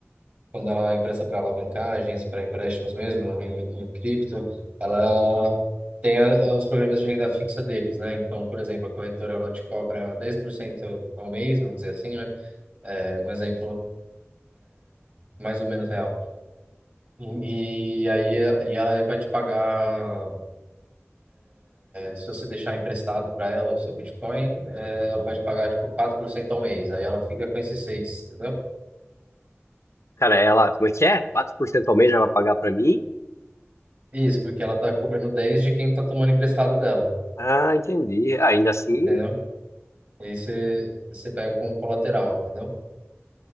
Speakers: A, on the right; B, on the left.
A: Quando ela empresta para alavancagens, para empréstimos mesmo em, em cripto, ela tem a, a- os programas de renda fixa deles, né? Então, por exemplo, a corretora ela te cobra 10% ao mês, vamos dizer assim, né? É um exemplo mais ou menos real. E, e aí e ela vai te pagar Se você deixar emprestado para ela o seu Bitcoin, eh, ela vai te pagar tipo 4% ao mês. Aí ela fica com esses seis, entendeu?
B: Cara, ela, como é que é? 4% ao mês ela vai pagar para mim?
A: Isso, porque ela tá cobrando 10 de quem tá tomando emprestado dela,
B: Ah, entendi. Ah, Ainda assim,
A: entendeu? E aí você, você pega como colateral, entendeu?